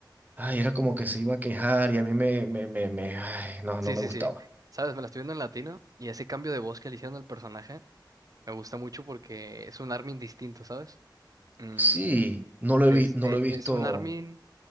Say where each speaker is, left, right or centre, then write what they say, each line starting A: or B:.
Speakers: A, on the right; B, on the right.
A: Ay, era como que se iba a quejar y a mí me, me, me, me- ay, no,
B: Sí,
A: no me
B: sí,
A: gustaba.
B: sí. Sabes, me la estoy viendo en latino y ese cambio de voz que le hicieron al personaje me gusta mucho porque es un Armin distinto, ¿sabes? Mm,
A: Sí, no lo
B: de
A: he vi-
B: este,
A: no lo he visto.
B: es un Armin.